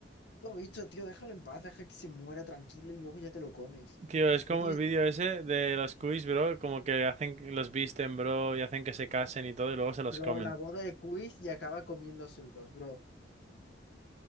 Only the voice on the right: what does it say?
Tío, es como
el vídeo
ese de los
cuis, bro, como que hacen, los visten, bro, y hacen que se casen y todo, y luego se los
comen.